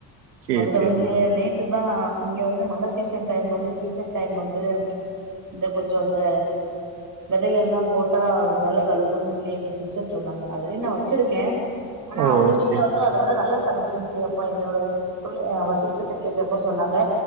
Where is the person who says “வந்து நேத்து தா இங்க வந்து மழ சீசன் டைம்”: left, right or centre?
Right